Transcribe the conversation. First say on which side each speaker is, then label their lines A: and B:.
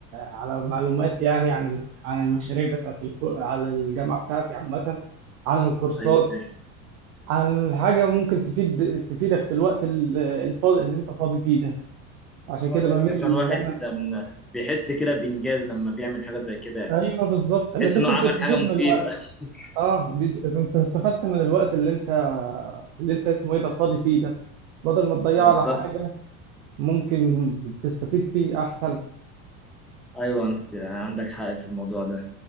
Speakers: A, on the right; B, in the centre.
A: على معلومات يعني عن ال- عن المشاريع بتاعت الكو... على الجامعه بتاعتي عامه عن الكورسات
B: ايوه فاهم
A: عن حاجه ممكن تفيد تفيدك في الوقت ال- الفاضي اللي انت فاضي فيه ده عشان كده
B: اه دي
A: بميل
B: حقيقة. عشان الواحد
A: ان انا
B: لما بيحس كده بانجاز لما بيعمل حاجه زي كده يعني
A: ايوه بالظبط انك
B: تحس انه
A: انت
B: عمل
A: بتستفيد
B: حاجه مفيده
A: من الوقت
B: <laughs>
A: اه بت- انت استفدت من الوقت اللي انت اللي انت اسمه ايه ده فاضي فيه ده بدل ما تضيعه
B: بالظبط
A: على حاجه ممكن تستفيد فيه احسن
B: ايوه انت عندك حق في الموضوع ده